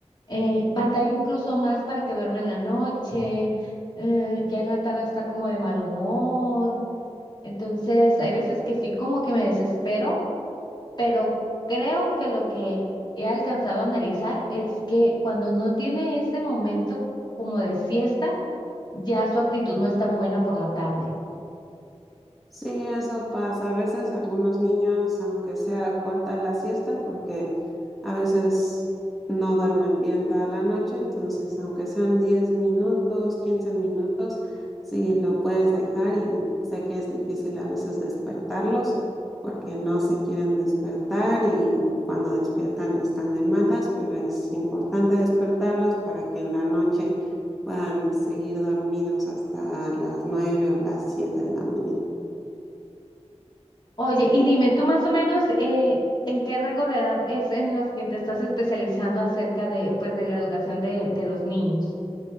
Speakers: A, on the left; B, in the centre.
A: eh, batalla incluso más para que duerma en la noche, eh, ya en la tarde está como de mal humor. Entonces, hay veces que sí, como que me desespero, pero creo que lo que he alcanzado a analizar es que cuando no tiene ese momento como de siesta, ya su actitud no es tan buena por la tarde.
B: Sí, eso pasa. A veces algunos niños, aunque sea corta la siesta, porque a veces no duermen bien toda la noche, entonces aunque sean 10 minutos, 15 minutos, sí lo puedes dejar y sé que es difícil a veces despertarlos porque no se quieren despertar y cuando despiertan están de malas, pero es importante despertarlos para que en la noche puedan seguir dormidos hasta las 9 o las 7 de la mañana.
A: Oye, y dime, tú más o menos, eh, ¿en qué rango de edad es en los que te estás especializando acerca de, pues, de la educación de, de los niños?